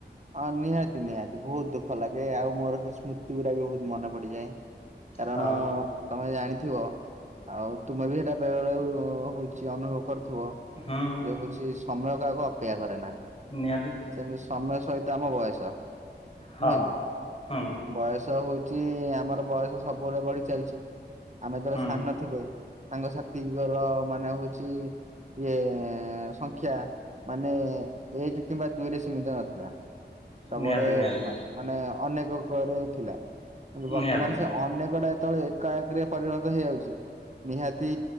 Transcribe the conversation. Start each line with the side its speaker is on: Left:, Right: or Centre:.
Right: ହଁ ନିହାତି ନିହାତି ବହୁତ୍ ଦୁଃଖ ଲାଗେ ଆଉ ମୋର ସେ ସ୍ମୃତି ଗୁଡା ବି ବହୁତ୍ ମନେ ପଡିଯାଏ। କାରଣ
Left: ହଁ
Right: କାରଣ ଜାଣିଥିବ ଆଉ ତୁମେ ବି ସେଇଟା ବେଳେ ବେଳେ ହଉଚି ଅନୁଭବ କରୁଥିବ।
Left: ହୁଁ
Right: ଯେ ହଉଚି ସମୟ କାହାକୁ ଅପେକ୍ଷା କରେ ନା।
Left: ନିହାତି।
Right: ସେମିତି ସମୟ ସହିତ ଆମ ବୟସ।
Left: ହଁ
Right: ନୁହେଁ କି?
Left: ହୁଁ।
Right: ବୟସ ହୋଉଚି ଆମର ବୟସ ସବୁବେଳେ ବଢି ଚାଲିଚି ଆମେ ଯେତେବେଳେ
Left: ହୁଁ
Right: ସାନ ଥିଲେ ସାଙ୍ଗ ସାଥିଙ୍କର ମାନେ ହଉଚି ଇଏ ସଂଖ୍ୟା ମାନେ ଏକ କିମ୍ବା ଦୁଇରେ ସୀମିତ ନଥିଲା। ସବୁବେଳେ
Left: ନିହାତି ନିହାତି
Right: ମା ମାନେ ଅନେକ ଅଙ୍କ ରେ ଥିଲା। ବର୍ତ୍ତମାନ
Left: ନିହାତି
Right: ସେ ଅନେକଟା ଯେତେବେଳେ ଏକାକରେ ପରିଣତ ହେଇଯାଉଚି। ନିହାତି